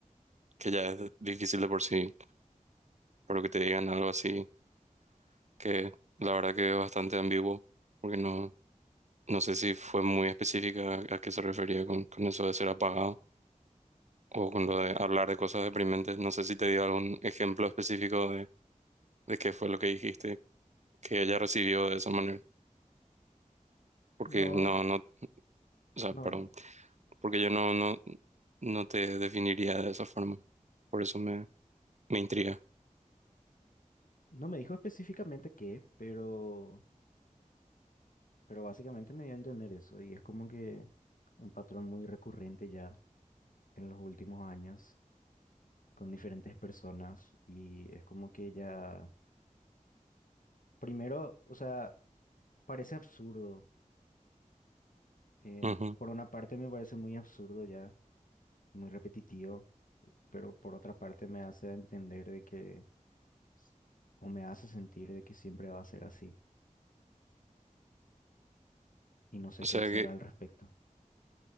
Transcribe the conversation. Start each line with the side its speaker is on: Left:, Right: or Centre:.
Right: que ya es difícil de por sí, pero que te digan algo así, que la verdad que es bastante ambiguo, porque no, no sé si fue muy específica a, a qué se refería con, con eso de ser apagado. o con lo de hablar de cosas deprimentes. No sé si te dio algún ejemplo específico de, de qué fue lo que dijiste que ella recibió de esa manera. Porque
Left: No,
Right: no, no, o sea,
Left: no,
Right: perdón, porque yo no, no, no te definiría de esa forma. Por eso me, me intriga.
Left: no me dijo específicamente qué, pero, pero básicamente me dio a entender eso y es como que un patrón muy recurrente ya en los últimos años. con diferentes personas y es como que ya, primero, o sea, parece absurdo. en-
Right: Ujú.
Left: por una parte me parece muy absurdo ya, muy repetitivo, pero por otra parte me hace entender de que, s- o me hace sentir de que siempre va a ser así y no sé
Right: O
Left: qué
Right: sea
Left: hacer
Right: que
Left: al respecto.